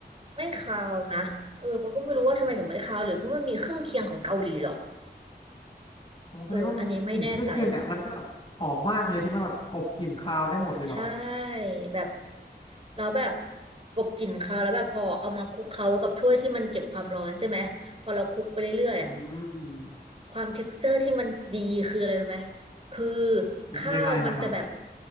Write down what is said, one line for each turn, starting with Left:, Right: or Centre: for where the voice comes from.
Right: ไม่คาวนะเออปาก็ไม่รู้ว่าทำไมถึงไม่คาวหรือเพราะมันมีเครื่องเคียงของเกาหลีเหรอ
Left: อ๋อแสดงว่ามันกลิ่นเครื่องเคียงเนี่ยมันก็แบบหอมมากเลยใช่ไหมแบบกลบกลิ่นคาวได้หมดเลยเหรอ
Right: เอออันนี้ไม่แน่ใจ ใช่แบบเราแบบกลบกลิ่นคาวแล้วแบบพอเอามาคลุกเคล้ากับถ้วยที่มันเก็บความร้อนใช่ไหมพอเราคลุกไปเรื่อยๆอ่ะ
Left: อืม
Right: ความเท็กซ์เจอร์ที่มันดีคืออะไรรู้ไหมคือ
Left: มันเป็นยังไงอะครับ
Right: ข้าวมันจะแบบ